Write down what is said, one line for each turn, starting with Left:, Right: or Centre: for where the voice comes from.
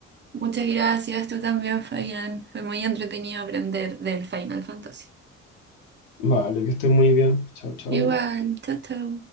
Right: Muchas gracias, tú también, Fabián. Fue muy entretenido aprender del Final Fantasy.
Left: Vale, que estés muy bien. Chao, chao.
Right: Igual, chao, chao.